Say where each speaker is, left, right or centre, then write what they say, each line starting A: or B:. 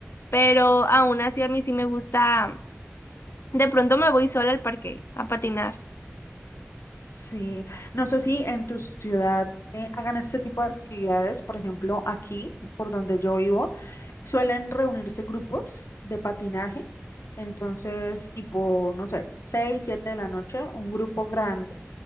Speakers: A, on the left; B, on the left.
A: pero aún así a mí sí me gusta De pronto me voy sola al parque a patinar.
B: Sí, no sé si en tu ciudad eh, hagan este tipo de actividades, por ejemplo, aquí, por donde yo vivo. Suelen reunirse grupos de patinaje, entonces tipo, no sé, 6 7 de la noche, un grupo grande,